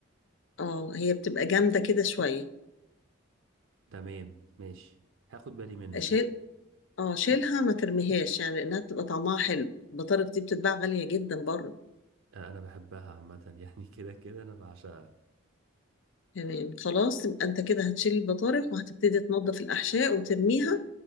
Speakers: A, on the left; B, on the right.
A: اه هي بتبقى جامدة كده شوية
B: تمام ماشي هاخد بالي منها
A: شيل
B: دي
A: اه شيلها ما ترميهاش يعني لأنها بتبقى طعمها حلو البطارخ دي بتتباع غالية جدا بره
B: آه، انا بحبها عامة يعني <laughs> كده كده انا بعشقها
A: تمام خلاص يبقى انت كده هتشيل البطارخ وهتبتدي تنظف الأحشاء وترميها